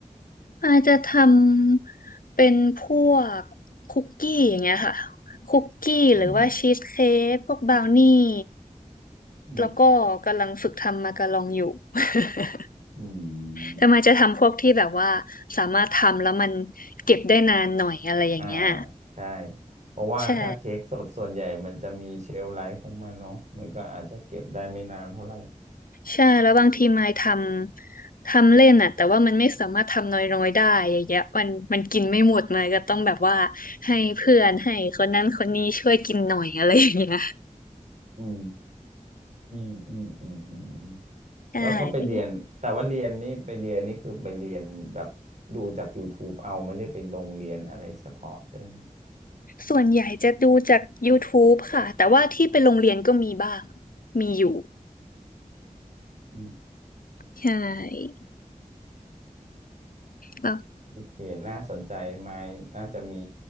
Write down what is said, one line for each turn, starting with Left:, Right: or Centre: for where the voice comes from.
Left: อาจจะทำเป็นพวกคุกกี้อย่างเงี้ยค่ะคุกกี้หรือว่าชีสเค้กพวกบราวนี่
Right: อืมอืม
Left: แล้วก็กำลังฝึกทำมาการองอยู่ <laughs>
Right: อื
Left: แต่มาจะทำพวกที่แบบว่าสามารถทำแล้วมัน
Right: ม
Left: เก็บได้นานหน่อยอะไรอย่างเงี้ย
Right: อ่าใช่เพราะว่าถ้าเค้กสดส่วนใหญ่มันจะมีเชลฟ์ไลฟ์ของมันเนาะมันก็อาจจะเก็บได้ไม่นานเท่าไหร่
Left: ใช่ใช่แล้วบางทีมายทำทำเล่นอ่ะแต่ว่ามันไม่สามารถทำน้อยๆได้อย่างเงี้ยมันมันกินไม่หมดมายก็ต้องแบบว่าให้เพื่อนให้คนนั้นคนนี้ช่วยกินหน่อยอะไรอย่างเงี้ย
Right: อืม อืมอืมอืมอืมอืม
Left: ใช่
Right: แล้วก็ไปเรียนแต่ว่าเรียนนี่ไปเรียนนี่คือไปเรียนแบบดูจาก YouTube เอาไม่ได้ไปลงเรียนอะไรเฉพาะใช่ไหมครับ
Left: ส่วนใหญ่จะดูจาก YouTube ค่ะ แต่ว่าที่ไปโรงเรียนก็มีบ้าง มีอยู่
Right: อืม
Left: ใช่แล้ว
Right: โอเห็นน่าสนใจไหมน่าจะมี